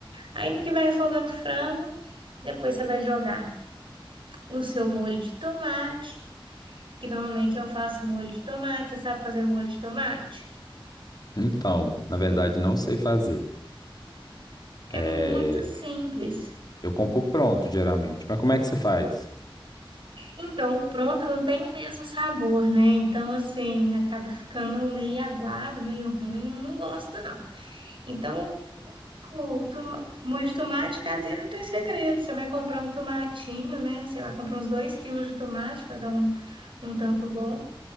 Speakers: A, on the right; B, on the left.
A: Aí no que vai refogando o frango, depois você vai jogar no seu molho de tomate. Que normalmente eu faço molho de tomate. Você sabe fazer molho de tomate?
B: Então, na verdade, não sei fazer.
A: É
B: É,
A: muito simples.
B: eu compro pronto, geralmente. Mas como é que você faz?
A: Então, pronto, não tem o mesmo sabor, né? Então, assim, acaba ficando meio aguado, meio ruim. Não, não gosto, não. Então. O tom- molho de tomate caseiro não tem segredo. Você vai comprar um tomatinho, né? Sei lá, compra uns dois quilos de tomate para dar um, um tanto bom.